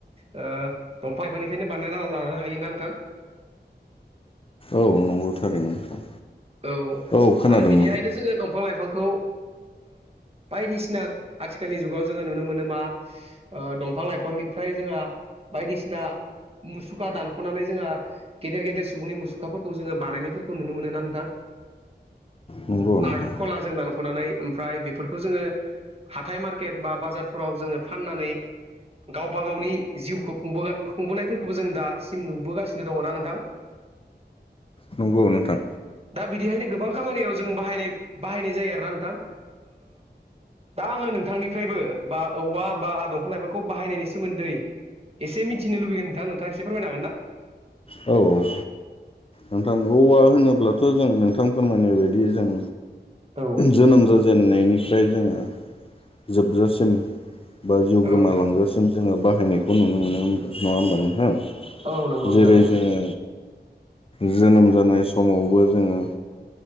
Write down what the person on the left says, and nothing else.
औ नंगौ थारैनो नोंथां
औ खोनादों
नंगौ नोंथां
नंगौ नोंथां
औ नोंथां औवा होनोब्लाथ' जों नोंथां फोरमायनाय बदि जों
जोनोम जाजेननायनिफ्राय जोङो जोबजासिम बा जिउ गोमालांगजासिम
जोङो बाहायनायखौ नुनो मोनो नङा होमबा नोंथां
जेरै
जोङो जोनोम जानाय समावबो जोङो